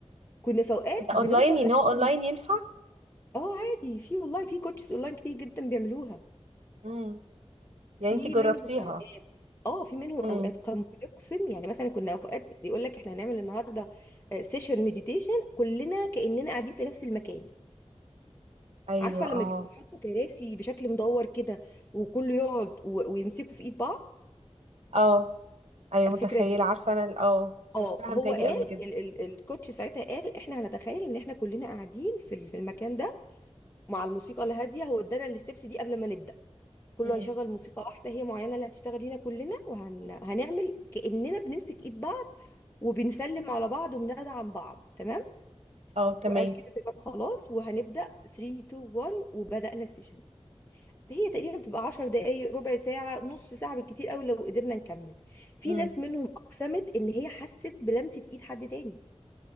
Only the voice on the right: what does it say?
إيه ده
اونلاين يعني
هو اونلاين ينفع
مم.
يعني انتي جربتيها
امم
ايوه
اه
اه ايوه
متخيله
عارفه انا ال- اه شفتها
متهيألي
قبل كده
امم
اه تمام
امم